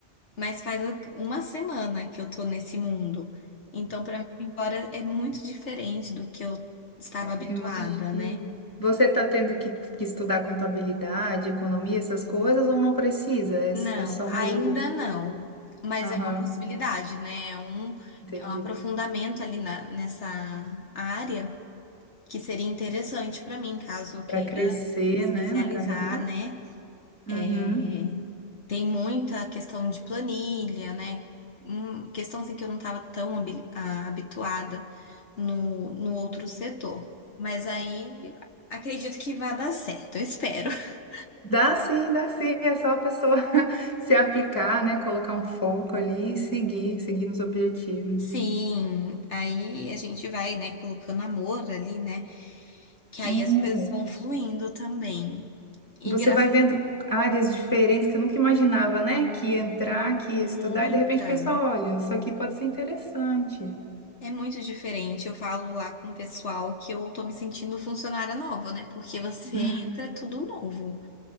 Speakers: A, on the left (about 70°); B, on the left (about 15°).
A: Mas faz uma semana que eu tô nesse mundo. Então, pra mim, agora é muito diferente do que eu estava
B: É,
A: habituada,
B: imagino.
A: né?
B: Você está tendo que, que estudar contabilidade, economia, essas coisas, ou não precisa? É,
A: Não,
B: é só
A: ainda
B: mais o.
A: não. Mas
B: Aham,
A: é uma possibilidade, né? É um,
B: entendi.
A: é um aprofundamento ali na- nessa área que seria interessante pra mim, caso eu queira
B: Para crescer,
A: me especializar,
B: né, na carreira.
A: né?
B: Uhum.
A: É, tem muita questão de planilha, né? Hum, questão assim que eu não estava tão habi- ah, habituada no, no outro setor. Mas aí acredito que vai dar certo, eu espero. <laughs>
B: Dá sim, dá sim. É só a pessoa <laughs> se aplicar, né, colocar um foco ali e seguir, seguir nos objetivos.
A: Sim, aí a gente vai, né, colocando amor ali, né? Que aí
B: É.
A: as coisas vão fluindo também. E
B: Você
A: graças
B: vai vendo
A: a Deus,
B: áreas diferentes que eu nunca imaginava, né, que ia entrar,
A: mu-
B: que
A: muita.
B: ia estudar, e de repente pensa: olha, isso aqui pode ser interessante.
A: É muito diferente. Eu falo lá com o pessoal que eu tô me sentindo funcionária nova, né? Porque você
B: <laughs>
A: entra é tudo novo.